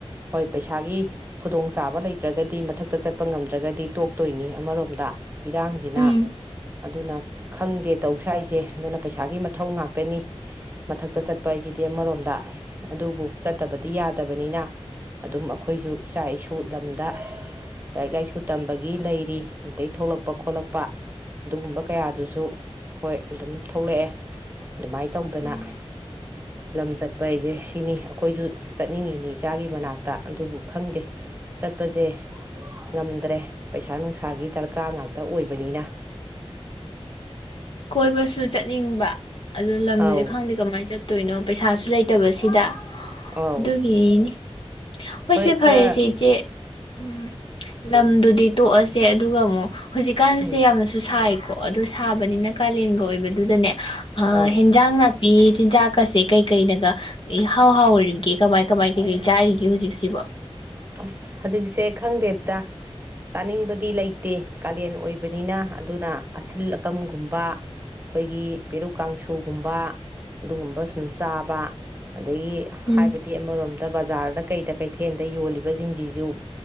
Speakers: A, on the right; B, on the left.
A: ꯍꯣꯏ ꯄꯩꯁꯥꯒꯤ ꯈꯨꯗꯣꯡ ꯆꯥꯕ ꯂꯩꯇ꯭ꯔꯒꯗꯤ ꯃꯊꯛꯇ ꯆꯠꯄ ꯉꯝꯗ꯭ꯔꯒꯗꯤ ꯇꯣꯛꯇꯣꯏꯅꯤ ꯑꯃꯔꯣꯝꯗ ꯏꯔꯥꯡꯖꯤꯅ
B: ꯎꯝ
A: ꯑꯗꯨꯅ ꯈꯪꯗꯦ ꯇꯧ ꯁꯏꯁꯦ ꯑꯗꯨꯅ ꯄꯩꯁꯥꯒꯤ ꯃꯊꯧ ꯉꯥꯛꯇꯅꯤ ꯃꯊꯛꯇ ꯆꯠꯄ ꯍꯥꯏꯁꯤꯗꯤ ꯑꯃꯔꯣꯝꯗ ꯑꯗꯨꯕꯨ ꯆꯠꯇꯕꯗꯤ ꯌꯥꯗꯕꯅꯤꯅ ꯑꯗꯨꯝ ꯑꯩꯈꯣꯏꯁꯨ ꯏꯆꯥ ꯏꯁꯨ <unintelligible> ꯂꯝꯗ ꯂꯥꯏꯔꯤꯛ ꯂꯥꯏꯁꯨ ꯇꯝꯕꯒꯤ ꯂꯩꯔꯤ ꯑꯗꯩ ꯊꯣꯛꯂꯛꯄ ꯈꯣꯠꯂꯛꯄ ꯑꯗꯨꯒꯝꯕ ꯀꯌꯥꯗꯨꯁꯨ ꯍꯣꯏ ꯑꯗꯨꯝ ꯊꯣꯛꯂꯛꯑꯦ ꯑꯗꯨꯃꯥꯏꯅ ꯇꯧꯗꯅ
B: ꯎꯝ
A: ꯂꯝ ꯆꯠꯄ ꯍꯥꯏꯁꯦ ꯁꯤꯅꯤ ꯑꯩꯈꯣꯏꯁꯨ ꯆꯠꯅꯤꯡꯉꯤꯅꯤ ꯏꯆꯥꯒꯤ ꯃꯅꯥꯛꯇ ꯑꯗꯨꯕꯨ ꯈꯪꯗꯦ ꯆꯠꯄꯖꯦ ꯉꯝꯗ꯭ꯔꯦ ꯄꯩꯁꯥ ꯅꯨꯡꯁꯥꯒꯤ ꯗꯔꯀꯥ ꯉꯥꯛꯇ ꯑꯣꯏꯕꯅꯤꯅ
B: ꯀꯣꯏꯕꯁꯨ ꯆꯠꯅꯤꯡꯕ ꯑꯗꯣ ꯂꯝꯖꯦ
A: ꯑꯧ
B: ꯈꯪꯗꯦ ꯀꯃꯥꯏ ꯆꯠ <unintelligible> ꯄꯩꯁꯥꯁꯨ ꯂꯩꯇꯕꯁꯤꯗ
A: ꯑꯧ
B: ꯑꯗꯨꯒꯤꯅꯤꯅꯤ ꯍꯣꯏꯁꯦ
A: ꯍꯣꯏ
B: ꯐꯔꯦꯁꯦ
A: ꯈꯔ
B: ꯏꯆꯦ ꯎꯝ ꯂꯝꯗꯨ ꯇꯣꯛꯑꯁꯦ ꯑꯗꯨꯒ ꯑꯃꯨꯛ ꯍꯧꯖꯤꯛꯀꯥꯟꯁꯦ
A: ꯎꯝ
B: ꯌꯥꯝꯅꯁꯨ ꯁꯥꯏ ꯀꯣ ꯑꯗꯨ ꯁꯥꯕꯅꯤꯅ ꯀꯥꯂꯦꯟꯒ ꯑꯣꯏꯕꯗꯨꯗꯅꯦ ꯍꯥ
A: ꯑꯧ
B: ꯑ ꯍꯤꯟꯖꯥꯡ ꯅꯠ ꯄꯤꯌꯦ ꯆꯤꯟꯖꯥꯛꯀꯁꯦ ꯀꯩ ꯀꯩꯅꯒ ꯏꯍꯥꯎ ꯍꯥꯎꯔꯤꯒꯦ ꯀꯃꯥꯏ ꯀꯃꯥꯏ ꯀꯩꯀꯩ ꯆꯥꯔꯤꯒꯦ ꯍꯧꯖꯤꯛꯁꯤꯕꯣ
A: ꯑꯁ ꯍꯧꯖꯤꯛꯁꯦ ꯈꯪꯗꯦ ꯗꯥ ꯆꯥꯅꯤꯡꯕꯗꯤ ꯂꯩꯇꯦ ꯀꯥꯂꯦꯟ ꯑꯣꯏꯕꯅꯤꯅ ꯑꯗꯨꯅ ꯑꯁꯤꯜ ꯑꯀꯝꯒꯨꯝꯕ ꯑꯩꯈꯣꯏꯒꯤ ꯄꯦꯔꯨꯛ ꯀꯥꯡꯁꯨꯒꯨꯝꯕ ꯑꯗꯨꯒꯨꯝꯕ ꯁꯨꯝ ꯆꯥꯕ ꯑꯗꯒꯤ
B: ꯎꯝ
A: ꯍꯥꯏꯕꯗꯤ ꯑꯃꯔꯣꯝꯗ ꯕꯖꯥꯔꯗ ꯀꯩꯗ ꯀꯩꯊꯦꯟꯗ ꯌꯣꯜꯂꯤꯕ ꯕ ꯁꯤꯡꯁꯤꯁꯨ